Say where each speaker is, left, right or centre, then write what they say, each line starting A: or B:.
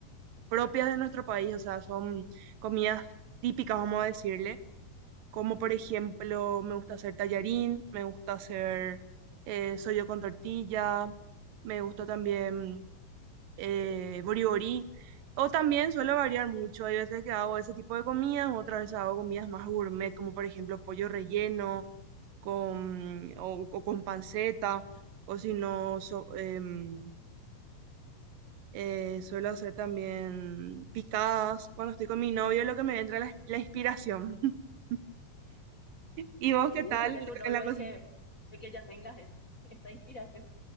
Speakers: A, on the right; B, on the left.
A: propias de nuestro país, o sea, son comidas típicas, vamos a decirle. Como por ejemplo, me gusta hacer tallarín, me gusta hacer eh, sollo con tortilla, me gusta también eh, boriborí. O también suelo variar mucho. Hay veces que hago ese tipo de comidas, otras veces hago comidas más gourmet, como por ejemplo pollo relleno con, o, o con panceta, o si no, so- em, eh, suelo hacer también picadas. Cuando estoy con mi novio, lo que me entra la, la inspiración. <laughs> ¿Y vos
B: Que
A: qué
B: dice
A: tal
B: que tu novio
A: en la cocina?
B: de que, de que ya tengas es- esa inspiración.